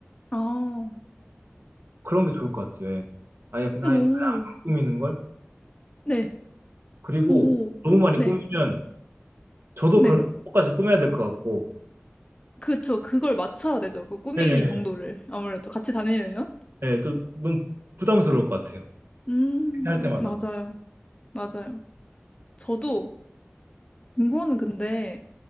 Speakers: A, on the left; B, on the right.
A: 아.
B: 그런 게 좋을 것 같아요. 예. 아예 그냥
A: 오.
B: 아예 안 꾸미는 걸.
A: 네.
B: 그리고
A: 오.
B: 너무 많이
A: 네.
B: 꾸미면, 저도
A: 네.
B: 그걸 똑같이 꾸며야 될 것 같고,
A: 그쵸. 그걸 맞춰야 되죠. 그 꾸미기
B: 네,
A: 정도를. 아무래도 같이 다니려면.
B: 네, 또 너무 부담스러울 것 같아요.
A: 음.
B: 할 때마다.
A: 맞아요. 맞아요. 저도 이거는 근데